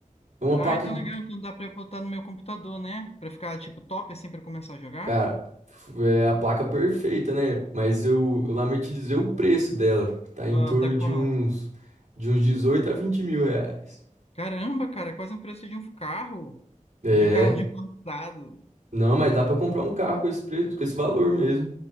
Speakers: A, on the right; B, on the left.
A: É uma
B: Ah,
A: placa
B: então
A: de.
B: legal, então dá pra eu botar no meu computador, né? Pra ficar, tipo, top, assim, pra começar a jogar?
A: Cara, f- é a placa perfeita, né? Mas eu, eu lamento te dizer o preço dela. Tá em
B: Ah,
A: torno
B: tá
A: de
B: quanto?
A: uns, de uns 18 a 20 mil reais.
B: Caramba, cara, é quase o preço de um carro,
A: É.
B: de um carro de um carro usado.
A: Não, mas dá pra comprar um carro com esse preço, com esse valor mesmo.